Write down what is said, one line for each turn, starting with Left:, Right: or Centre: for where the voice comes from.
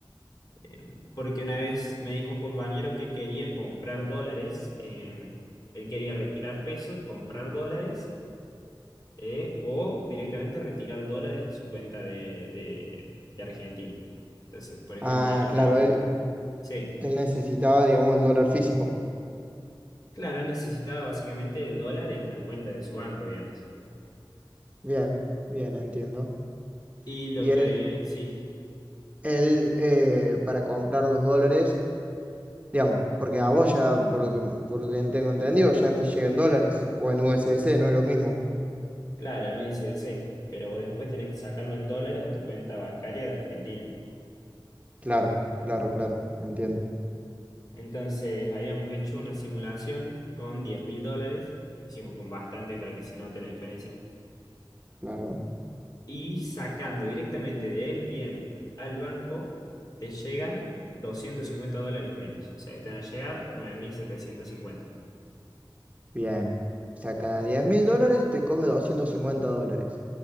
Left: eh, porque una vez me dijo un compañero que quería comprar dólares, eh, él quería retirar pesos, comprar dólares, eh, o directamente retirar dólares a su cuenta de, de, de Argentina. Entonces, por ejemplo,
Right: Ah,
Left: en
Right: claro,
Left: algún...
Right: él,
Left: Sí,
Right: Él necesitaba, digamos, el dólar físico.
Left: claro, él necesitaba básicamente el dólar en la cuenta de su banco, digamos.
Right: Bien, bien, entiendo.
Left: Y lo
Right: Y
Left: que
Right: él,
Left: hay, sí.
Right: él eh, para comprar los dólares, digamos, porque a vos ya, por lo que, por lo que tengo entendido, ya te llegan dólares o en USDC, no es lo mismo.
Left: Claro, en USDC, pero vos después tenés que sacarlo en dólares a tu cuenta bancaria de Argentina.
Right: Claro, claro, claro, entiendo,
Left: Entonces habíamos hecho una simulación con diez mil dólares, lo hicimos con bastante para que se note la diferencia.
Right: claro.
Left: Y sacando directamente de RTM al banco, te llegan 250 dólares menos, o sea que te van a llegar 9.750,
Right: Bien. O sea, cada diez mil dólares te come 250 dólares.